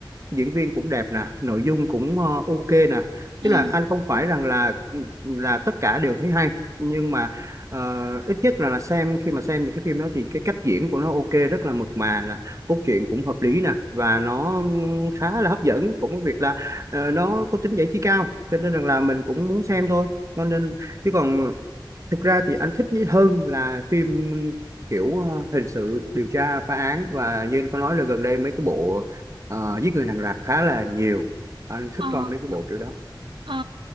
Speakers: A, on the right (about 40°); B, on the right (about 80°).
A: diễn viên cũng đẹp nè nội dung cũng ờ, ok nè
B: ừ
A: tức là anh không phải rằng là ừ, là tất cả đều thấy hay nhưng mà ờ, ít nhất là, là xem khi mà xem những cái phim đó thì cái cách diễn của nó ok rất là mượt mà nè cốt truyện cũng hợp lý nè và nó khá là hấp dẫn cũng có việc là ờ, nó có tính giải trí cao cho nên rằng là mình cũng muốn xem thôi cho nên chứ còn thực ra thì anh thích nhí- hơn là phim kiểu ờ, hình sự điều tra phá án và như anh có nói là gần đây mấy cái bộ ờ, giết người hàng loạt khá là nhiều anh thích
B: ờ
A: coi mấy cái bộ kiểu đó
B: Ờ,